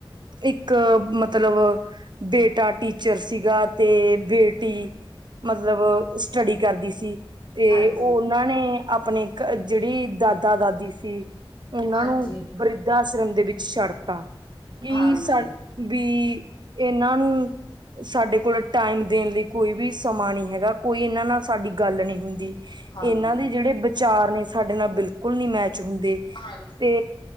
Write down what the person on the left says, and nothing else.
ਹਾਂਜੀ
ਹਾਂਜੀ
ਹਾਂਜੀ
ਹਾਂਜੀ
ਹਾਂਜੀ